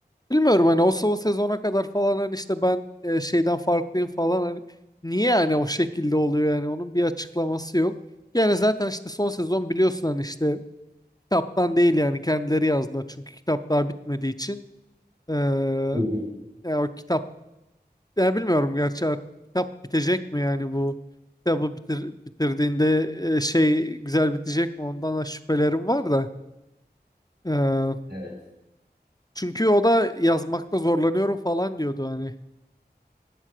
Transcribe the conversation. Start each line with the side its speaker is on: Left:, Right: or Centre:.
Left: Bilmiyorum hani o son sezona kadar falan hani işte ben e, şeyden farklıyım falan hani niye yani o şekilde oluyor yani onun bir açıklaması yok. Yani zaten işte son sezon biliyorsun hani işte kitaptan değil yani kendileri yazdılar çünkü kitap daha bitmediği için. Ee,
Right: Hı hı.
Left: ya o kitap ya bilmiyorum gerçi artık kitap bitecek mi yani bu kitabı bitir, bitirdiğinde e, şey güzel bitecek mi ondan da şüphelerim var da. Ee,
Right: Evet.
Left: çünkü o da yazmakta zorlanıyorum falan diyordu hani